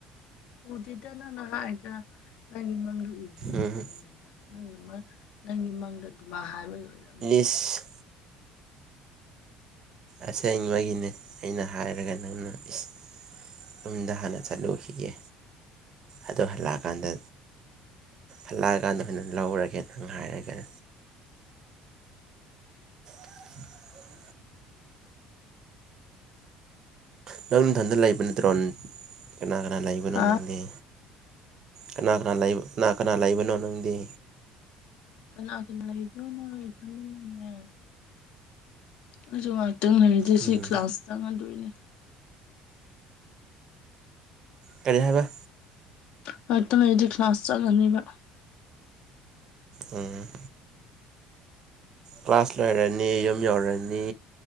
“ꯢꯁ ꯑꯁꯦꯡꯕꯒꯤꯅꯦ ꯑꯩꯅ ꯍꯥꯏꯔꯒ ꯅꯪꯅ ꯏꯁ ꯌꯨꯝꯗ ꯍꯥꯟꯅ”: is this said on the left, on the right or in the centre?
Right